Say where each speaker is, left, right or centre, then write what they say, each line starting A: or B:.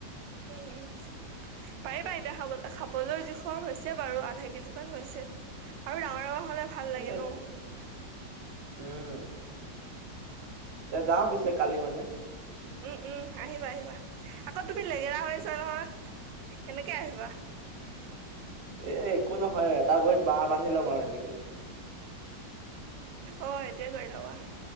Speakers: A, on the right; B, on the right.
A: উম হ পাৰিবা এতিয়া খাবলৈ খাবলৈ জোখৰ হৈছে বাৰু আধা কেজি মান হৈছে আৰু ডাঙৰ ডাঙৰ হলে ভাল লাগে
B: এ
A: ন
B: উম এ যাও পিছে কালি মানে
A: উম উম আহিবা আহিবা আকৌ তুমি লেগেৰা হৈছ নহয় কেনেকে আহিবা
B: এ একো নহয় এটা ভৰিত বাঁাহ বান্ধি লম আৰু এনেকে
A: অ সেইটয়ে কৰি লব